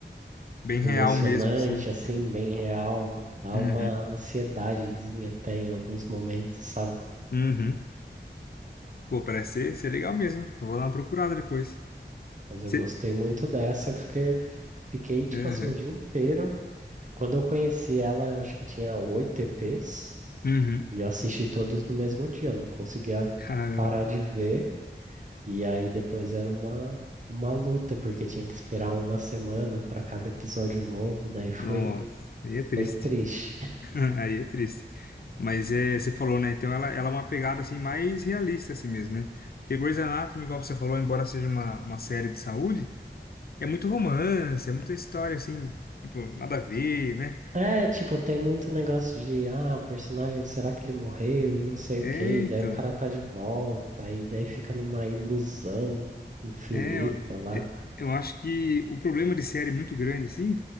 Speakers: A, on the left; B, on the right.
A: Bem
B: emocionante,
A: real mesmo, assim.
B: assim, bem real, dá
A: Uhum.
B: uma ansiedadezinha até em alguns momentos, sabe?
A: Uhum. Pô, parece ser, ser legal mesmo, hein? Eu vou dar uma procurada depois.
B: Mas eu
A: Se...
B: gostei muito dessa, eu fiquei, fiquei, tipo
A: Uhum.
B: assim, o dia inteiro. Quando eu conheci ela, eu acho que tinha oito EPs,
A: Uhum.
B: e eu assisti todos no mesmo dia, eu não conseguia
A: Caramba.
B: parar de ver, e aí depois era uma. Uma luta, porque tinha que esperar uma semana para cada episódio novo, daí foi,
A: Nossa, aí é triste.
B: foi triste.
A: <laughs> Aí é triste. Mas é, você falou, né? Então ela, ela é uma pegada assim mais realista assim mesmo, né? Porque Grey's Anatomy, igual você falou, embora seja uma, uma série de saúde, é muito romance, é muita história assim, tipo, nada a ver, né?
B: É, é, tipo, tem muito negócio de, ah, o personagem, será que ele morreu e não sei
A: É,
B: o quê, e
A: então.
B: daí o cara tá de volta, e daí fica numa ilusão infinita
A: É, eu,
B: lá.
A: é, eu acho que o problema de série muito grande, assim,